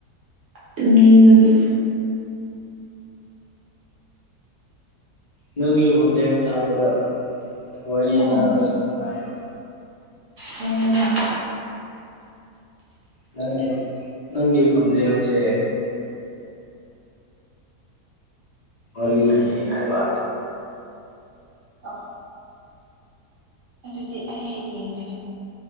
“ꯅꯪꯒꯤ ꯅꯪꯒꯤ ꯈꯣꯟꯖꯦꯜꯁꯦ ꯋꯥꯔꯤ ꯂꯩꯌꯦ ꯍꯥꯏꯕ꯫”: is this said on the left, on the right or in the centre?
Left